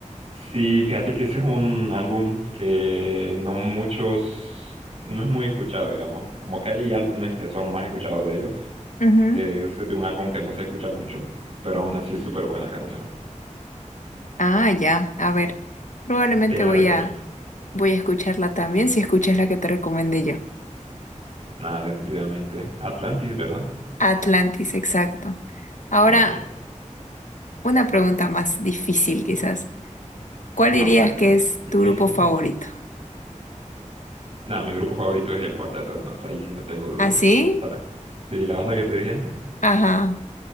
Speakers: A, on the right (about 50°); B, on the left (about 75°).
A: Sí, fíjate que ese es un álbum que no muchos, no es muy escuchado, digamos. Como que hay álbumes que son más escuchados de ellos.
B: Ujú.
A: Así que ese es de un álbum que no se escucha mucho, pero aún así es súper buena canción.
B: Ah, ya. A ver, probablemente
A: Te la
B: voy
A: recomiendo.
B: a, voy a escucharla también si escuchas la que te recomendé yo.
A: Nada, definitivamente. Atlantis, ¿verdad?
B: Atlantis, exacto. Ahora,
A: Ok.
B: una pregunta más difícil quizás. ¿Cuál
A: No
B: dirías
A: puede
B: que
A: ser
B: es
A: más difícil.
B: tu grupo favorito?
A: Nada, mi grupo favorito es el Cuarteto de Nos, ahí sí no tengo dudas.
B: ¿Así?
A: Sara. Sí, la banda que te dije antes.
B: Ajá.